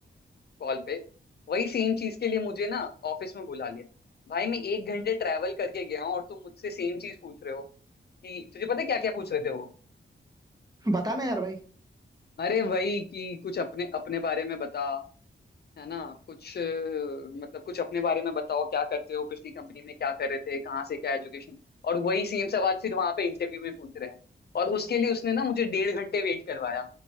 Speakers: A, on the left; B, on the right.
A: कॉल पे वही सेम चीज के लिए मुझे ना ऑफिस में बुला लिया भाई मैं एक घंटे ट्रैवल करके गया हूँ और तुम मुझसे सेम चीज पूछ रहे हो कि तुझे पता है क्या क्या पूछ रहे थे वो
B: बताना यार भाई
A: अरे वही कि कुछ अपने अपने बारे में बता है ना कुछ अ, मतलब कुछ अपने बारे में बताओ क्या करते हो पिछली कंपनी में क्या कर रहे थे कहाँ से क्या एजुकेशन और वही सेम सवाल फिर वहां पे इंटरव्यू में पूछ रहे हैं और उसके लिए उसने ना मुझे डेढ़ घंटे वेट करवाया